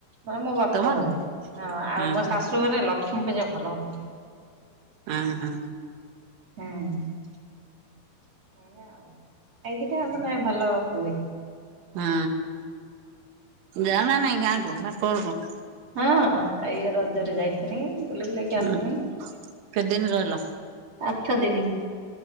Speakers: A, on the right; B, on the right.
A: ମାନେ ମୋ ବାପ
B: ତମର
A: ଘରେ, ହଁ
B: ହୁଁ
A: ଆଉ ମୋ
B: ହୁଁ
A: ଶାଶୁ ଘରେ ଲକ୍ଷ୍ମୀପୂଜା ଭଲ ହୁଏ।
B: ଅଁ- ହଁ।
A: ହୁଁ ଏଇଆ ଆଉ, ଏଇଟି ମାନେ ଭଲ ହୁଏ।
B: ହଁ ଯାଅ ନା ନାଇଁ ଗାଁକୁ, ବାପ ଘରକୁ?
A: ହଁ ଏଇ ରଜରେ ଯାଇଥିନି, ବୁଲ ବୁଲାକି
B: ହୁଁ
A: ଆସିନି।
B: କେତେ ଦିନ ରହିଲ?
A: ଆଠଦିନ।